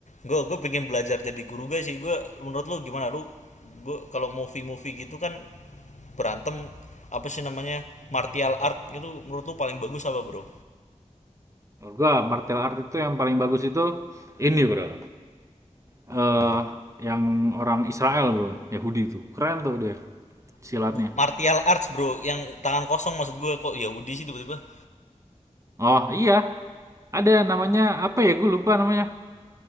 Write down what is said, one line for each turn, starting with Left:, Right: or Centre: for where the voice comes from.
Left: Gue gue pengen belajar jadi Guruge sih. Gue menurut lu gimana lu? Gue kalau movie-movie gitu kan berantem apa sih namanya? Martial art itu menurut lu paling bagus apa, Bro?
Right: Menurut gua martial art itu yang paling bagus itu ini, Bro. Eh yang orang Israel, Bro. Yahudi tuh. Keren tuh dia silatnya.
Left: martial arts bro yang tangan kosong maksud gue kok Yahudi sih tiba-tiba
Right: Oh, iya. Ada namanya apa ya? Gue lupa namanya.